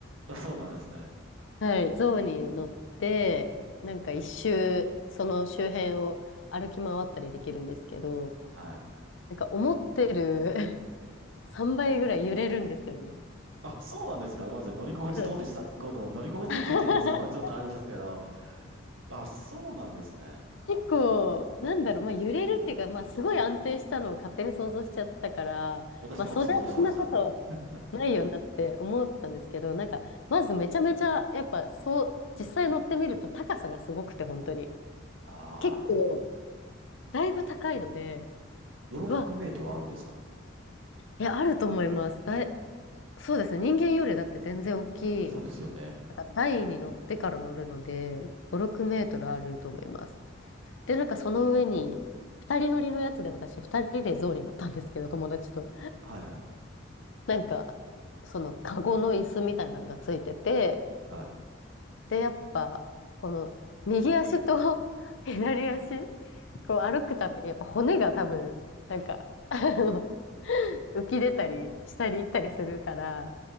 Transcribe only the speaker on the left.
はい、象に乗って、なんか一周、その周辺を歩き回ったりできるんですけど、
なんか思ってる <laughs> 3倍ぐらい揺れるんですよね。
うん
<laughs>
結構、なんだろう、まあ揺れるっていうか、まあすごい安定したのを勝手に想像しちゃってたから、
まあそれはそんなこと
ないよなって思ったんですけど、なんか、まずめちゃめちゃ、やっぱそう、実際乗ってみると高さがすごくて、本当に。
結構、だいぶ高いので、
うわ、え、あると思います。だい、そうですね。人間よりだって全然大きい。
なんか台に乗ってから乗るので、5、6メートルあると思います。で、なんかその上に、二人乗りのやつで私、二人で象に乗ったんですけど、友達と。
なんか、そのカゴの椅子みたいなのがついてて、
で、やっぱ、この右足と <laughs> 左足、こう歩くたびに、
やっぱ骨が多分、なんか、あの浮き出たり、下に行ったりするから、